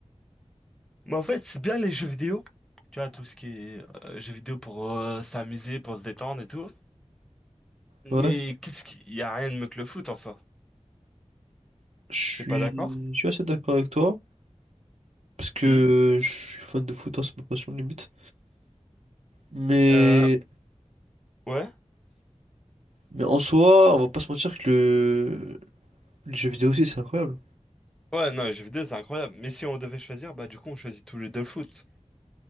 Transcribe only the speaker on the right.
Ouais,
je
suis,
je suis assez d'accord avec toi, parce que
je suis fan de foot, hein, c'est ma passion limite. Mais,
mais en soi, on va pas se mentir que le, les jeux vidéo aussi, c'est incroyable.